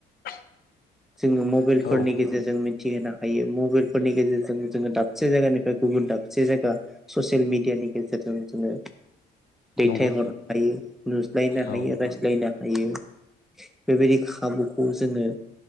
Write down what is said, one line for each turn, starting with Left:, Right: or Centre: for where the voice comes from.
Left: <inaudible>
Centre: जोंङो मबाइलफोरनि
Left: औ
Centre: गेजेरजों मिथिहोनो हायो मबाइलफोरनि गेजेरजों जोंङो दाबसे जायगानिफ्राय गुबुन दाबसे जायगा ससियेल मिडियानि गेजेरजों जोंङो दैथायहरनो
Left: नंगौ
Centre: हायो। लायनो
Left: औ
Centre: हायो रायज्लायनो हायो बेबायदि खाबुखौ जोंङो